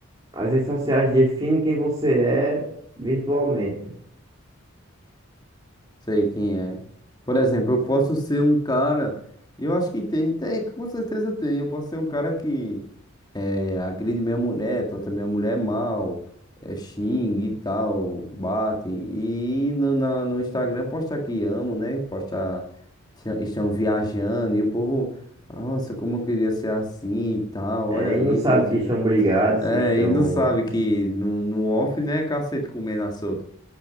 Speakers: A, on the right; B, on the left.
A: as redes sociais definem quem você é virtualmente.
B: Sei quem é. Por exemplo, eu posso ser um cara. Eu acho que tem, tem, com certeza tem. Eu posso ser um cara que é, agride minha mulher, trata minha mulher mal, é, xingue e tal, bate. E no, na- no Instagram postar que amo, né? Postar "Esta- estão viajando e o povo, nossa, como eu queria ser assim e tal. Olha
A: Eh, e não
B: isso,
A: sabe
B: eles
A: que
B: vivem.
A: estão brigados,
B: É,
A: que estão
B: e não sabe que no, no off, né, cacete comendo a solta.